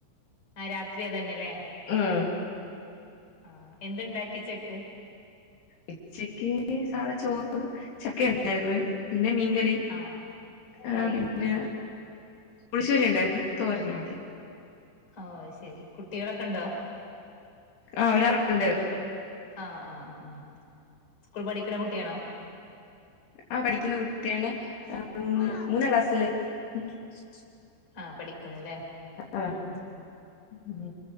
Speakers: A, on the left; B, on the left.
A: ആഹ് രാത്രി അതെത്തന്നെയല്ലേ
B: ഉം
A: ആ എന്തേണ്ടാക്കി ഉച്ചക്ക്
B: ഉച്ചക്ക് സാധാ ചോറ് ചക്ക ഉണ്ടായിരുന്നു പിന്നെ മീൻകറി
A: ആഹ്
B: ആ
A: കറി
B: പിന്നെ
A: ആഹ്
B: പുളശ്ശേരി ഉണ്ടായിരുന്നു തോരന നോക്കി
A: ഓ ശരി കുട്ടികളൊക്കെ ഉണ്ടോ
B: ആ ഒരാളെയുണ്ട്
A: കുട്ടികളൊക്കെ ഉണ്ട് ആഹ് ആഹ് ആ ആ സ്കൂൾ പഠിക്കണ കുട്ടിയാണോ
B: ആ പഠിക്കുന്ന കുട്ടിയാണ് ഉം മൂന്നാം ക്ലാസ്സിൽ <inaudible>
A: ആ പഠിക്കുന്നുല്ലേ
B: ആഹ്
A: ഉം
B: ഉം